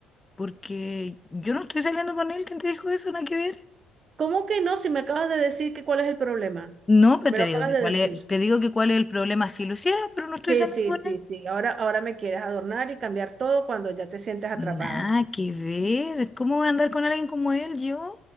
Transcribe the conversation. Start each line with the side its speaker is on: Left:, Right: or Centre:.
Left: porque yo no estoy saliendo con él, ¿quién te dijo eso? Nada que ver.
Right: ¿Cómo que no? Si me acabas de decir que cuál es el problema.
Left: No, pero
Right: Me
Left: te
Right: lo
Left: digo
Right: acabas
Left: que
Right: de
Left: cuál
Right: decir.
Left: es, te digo que cuál es el problema si lo hiciera, pero no estoy
Right: Sí,
Left: saliendo
Right: sí,
Left: con
Right: sí,
Left: él.
Right: sí. Ahora, ahora me quieres adornar y cambiar todo cuando ya te sientes atrapada.
Left: Nada que ver. ¿Cómo voy a andar con alguien como él yo?